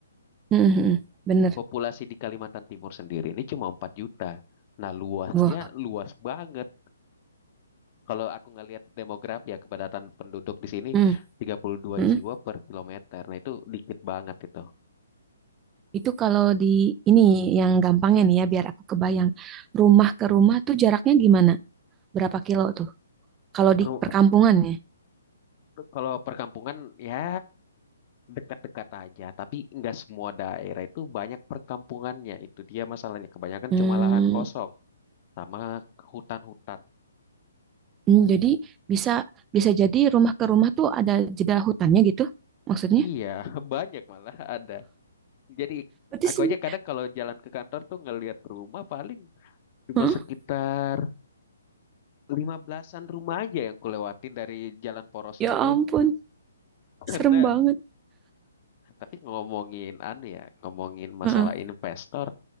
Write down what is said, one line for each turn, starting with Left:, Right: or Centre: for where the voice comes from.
Right: heeh, heeh. Bener.
Left: Populasi di Kalimantan Timur sendiri ini cuma 4 juta. Nah, luasnya
Right: Wah,
Left: luas banget. Kalau aku ngelihat demografi ya kepadatan penduduk di sini
Right: hmm,
Left: tiga puluh dua
Right: hmm.
Left: jiwa per kilometer. Nah, itu dikit banget itu.
Right: Itu kalau di ini yang gampangnya nih ya, biar aku kebayang. Rumah ke rumah tuh jaraknya gimana? Berapa kilo tuh? Kalau di
Left: Ru-
Right: perkampungan ya?
Left: Kalau perkampungan ya dekat-dekat aja, tapi nggak semua daerah itu banyak perkampungannya. Itu dia masalahnya. Kebanyakan
Right: Hmm,
Left: cuma lahan kosong sama hutan-hutan.
Right: Hmm, jadi bisa bisa jadi rumah ke rumah tuh ada jeda hutannya gitu maksudnya?
Left: Iya, <laughs> banyak malah ada. Jadi
Right: Berarti
Left: aku
Right: se-
Left: aja kadang kalau jalan ke kantor tuh ngelihat rumah paling cuma
Right: Heeh.
Left: sekitar lima belasan rumah aja yang kulewatin dari jalan porosnya
Right: Ya
Left: itu.
Right: ampun,
Left: <laughs>
Right: serem
Left: Karena
Right: banget.
Left: tapi ngomongin anu ya, ngomongin masalah
Right: Heeh,
Left: investor,